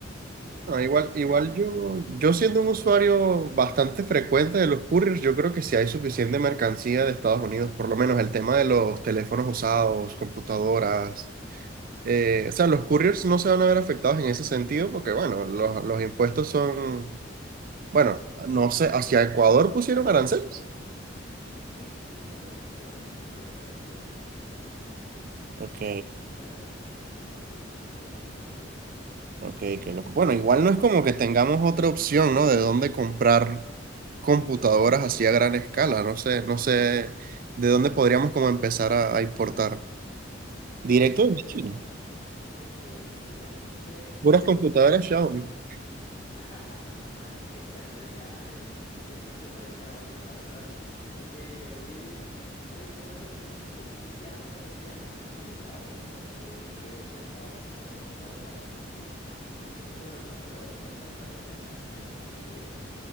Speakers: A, on the left; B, on the right.
A: eh,
B: No, igual, igual
A: <laughs>
B: yo, yo siendo un usuario bastante frecuente de los couriers, yo creo que si hay suficiente mercancía de Estados Unidos, por lo menos el tema de los teléfonos usados, computadoras, eh, o sea, los couriers no se van a ver afectados en ese sentido porque, bueno, los, los impuestos son, bueno, no sé, hacia Ecuador pusieron aranceles.
A: Sí, sí, le pusieron creo que el 25 o el,
B: Ok,
A: el 15, algo así. O sea, sí es un poquito también que le dieron.
B: ok, qué loco.
A: Mm.
B: Bueno, igual no es como que tengamos otra opción, ¿no? De dónde comprar computadoras así a gran escala. No sé, no sé de dónde podríamos como empezar a, a importar. Directo
A: Sí, no,
B: desde
A: yo
B: China.
A: directo de China, ¿no? Porque
B: Puras
A: no sé
B: computadoras
A: si escuchas.
B: Xiaomi.
A: <laughs> Exacto, y ya le ya empieza a sonar Xiaomi, la verdad. Sí, porque yo vi. Oye, te cuento que sí, pues sí, ya me aparecían opciones de Xiaomi, ¿no? Cuando te digo que estaba buscando computadoras y <laughs> incluso me pareció, me pareció atractivo, ¿no? Porque